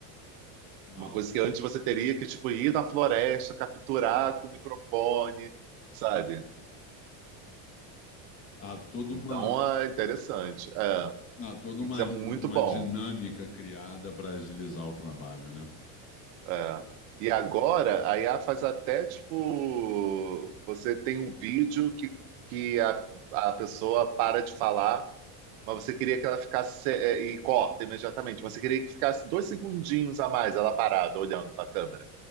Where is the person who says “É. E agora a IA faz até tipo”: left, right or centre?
Right